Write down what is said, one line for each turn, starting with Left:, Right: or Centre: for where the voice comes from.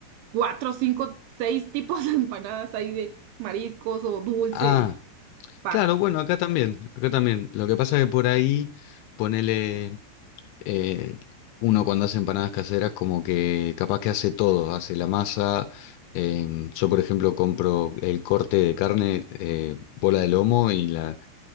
Right: cuatro, cinco, seis tipos de empanadas ahí de mariscos o dulces,
Left: Ah,
Right: pastas.
Left: claro, bueno, acá también, acá también. Lo que pasa es que por ahí, ponele... eh, uno cuando hace empanadas caseras como que capaz que hace todo, hace la masa. em, yo, por ejemplo, compro el corte de carne, eh, bola de lomo y la,